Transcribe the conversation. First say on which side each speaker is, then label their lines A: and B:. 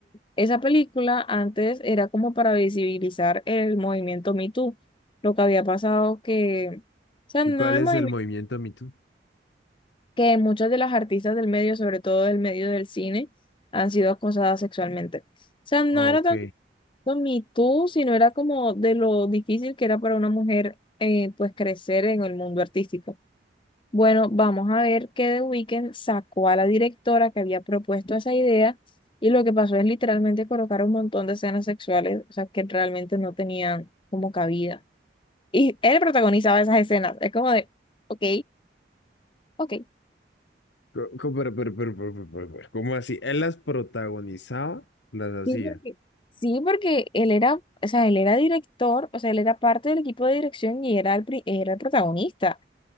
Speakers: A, on the left; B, on the left.
A: esa película antes era como para visibilizar el movimiento Me Too. Lo que había pasado que, o sea,
B: ¿Y
A: no
B: cuál
A: el
B: es
A: movimiento,
B: el movimiento Me Too?
A: que muchas de las artistas del medio, sobre todo del medio del cine, han sido acosadas sexualmente. O sea, no
B: Ok.
A: era tanto Me Too, sino era como de lo difícil que era para una mujer, eh, pues, crecer en el mundo artístico. Bueno, vamos a ver que The Weeknd sacó a la directora que había propuesto esa idea y lo que pasó es literalmente colocar un montón de escenas sexuales, o sea, que realmente no tenían como cabida. Y él protagonizaba esas escenas. Es como de, ok, ok.
B: Co- co- Pero, pero, pero, pero, pero, pero, pero, ¿cómo así? ¿Él las protagonizaba? ¿Las hacía?
A: Sí, porque, sí, porque él era, o sea, él era director, o sea, él era parte del equipo de dirección y era el, pri- era el protagonista.